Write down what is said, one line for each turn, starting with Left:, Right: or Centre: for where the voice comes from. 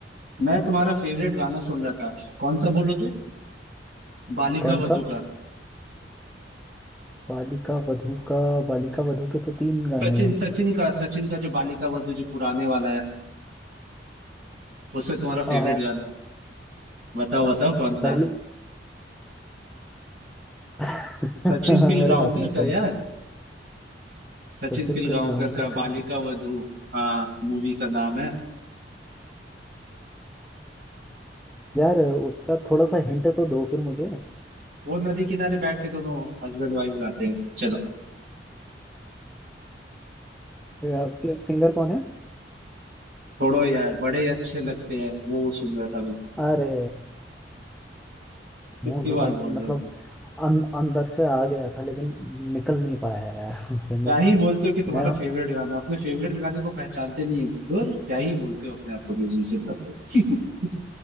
Right: मैं तुम्हारा फेवरेट गाना सुन रहा था कौन सा बोलो तो बालिका
Centre: कौन
Right: वधू
Centre: सा
Right: का
Centre: बालिका वधू का बालिका वधू के तो तीन गाने
Right: सचिन
Centre: हैं
Right: सचिन का सचिन का जो बालिका वधू जो पुराने वाला है उसमें तुम्हारा
Centre: आ,
Right: फेवरेट गाना है बताओ बताओ कौन सा
Centre: पहले <laughs>
Right: सचिन
Centre: अरे
Right: पिलगांवकर
Centre: आपने
Right: का
Centre: कल
Right: यार सचिन
Centre: सचिन
Right: पिलगांवकर
Centre: तेलगांवकर
Right: का बालिका
Centre: का
Right: वधू हाँ मूवी का नाम है
Centre: यार उसका थोड़ा सा हिंट तो दो फिर मुझे
Right: वो नदी किनारे बैठ के दोनों हस्बैंड वाइफ गाते हैं चलो
Centre: अ, उसके सिंगर कौन है
Right: छोड़ो यार बड़े अच्छे लगते हैं वो सुन रहा था मैं
Centre: अरे
Right: कितनी
Centre: मुंह जुबानी
Right: बार बोल
Centre: मतलब
Right: रहा हूँ
Centre: अं, अंदर से आ गया था लेकिन निकल नहीं पाया यार <laughs> उसे मैं
Right: क्या ही बोलते हो कि तुम्हारा
Centre: मैं
Right: फेवरेट गाना अपने फेवरेट गाने को पहचानते नहीं हो दूर क्या ही बोलते हो अपने आप को म्यूजिशियन तब तो <laughs>